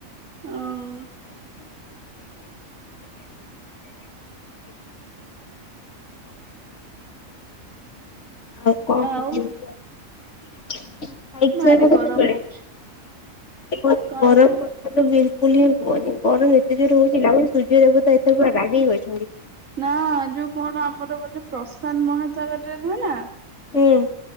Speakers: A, on the right; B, on the left.
A: ହଁ
B: ଆଉ କଣ କହୁଚୁ
A: ଆଉ
B: କୁହ? <unintelligible> କେତେବେଳେ?
A: ଭାରି ଗରମ ହଉଛି
B: ଏ ଯୋଉ
A: କଣ
B: ଗରମ
A: କହିଲୁ
B: କଥା ତ ବିଲକୁଲ ହିଁ କୁହନି। ଗରମ ଏତେ ଜୋରେ ହୋଉଚି ଲାଗୁଚି ସୂର୍ଯ୍ୟ ମୁଁ ତ ଏତୋବେଳେ ପୁରା ରାଗିକି ଅଛନ୍ତି।
A: ନା ଯୋଉ କଣ ଆମର ଗୋଟେ ପ୍ରଶାନ୍ତ ମହାସାଗରରେ ନୁହେଁ ନା
B: ହୁଁ।